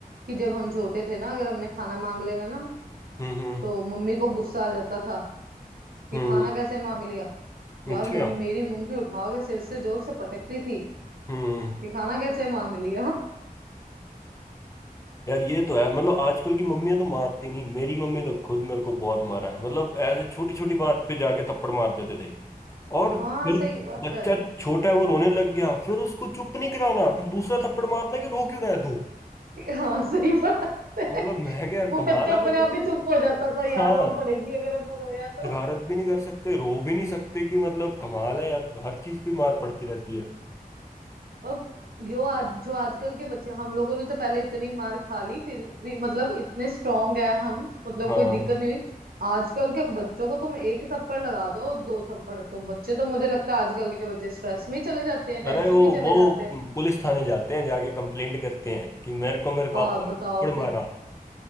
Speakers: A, on the right; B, on the left.
A: कि जब हम छोटे थे ना अगर हमने खाना मांग लेना ना
B: हम्म हम्म
A: तो मम्मी को गुस्सा आ जाता था कि
B: हम्म
A: खाना कैसे मांग लिया यार
B: अच्छा
A: मे मेरी मम्मी उठा के सिर से जोर से पटकती थी
B: हम्म
A: कि खाना कैसे मांग लिया
B: यार ये तो है मतलब आजकल की मम्मियां तो मारती नहीं मेरी मम्मी तो खुद मेरे को बहुत मारा है मतलब ऐसे छोटी छोटी बात पे जाके थप्पड़ मार देते थे और
A: हाँ
B: फिर
A: सही बात
B: बच्चा
A: है
B: छोटा है वो रोने लग गया फिर उसको चुप नहीं कराना फिर दूसरा थप्पड़ मारना कि रो क्यों रहा है तू
A: हाँ सही बात
B: मतलब
A: है
B: मैं क्या यार
A: वो
B: कमाल
A: बच्चा
B: है
A: अपने
B: मतलब
A: आप ही चुप हो जाता था
B: हाँ
A: यार और पढ़ेगी अगर हमने रोया तो
B: शरारत भी नहीं कर सकते रो भी नहीं सकते कि मतलब कमाल है यार हर चीज पे मार पड़ती रहती है
A: अब जो आज जो आजकल के बच्चे हम लोगों ने तो पहले इतनी मार खा ली फिर भी मतलब इतने स्ट्रांग है हम मतलब
B: हाँ
A: कोई दिक्कत नहीं हुई आजकल के बच्चों को तुम एक थप्पड़ लगा दो दो थप्पड़ तो बच्चे तो मुझे लगता है आजकल के बच्चे स्ट्रेस में ही चले जाते हैं टेंशन
B: अरे वो
A: में ही चले
B: वो
A: जाते हैं
B: पुलिस थाने जाते हैं जाके कंप्लेंट करते हैं कि मेरे को मेरे
A: हाँ
B: पापा ने
A: बताओ
B: थप्पड़
A: फिर
B: मारा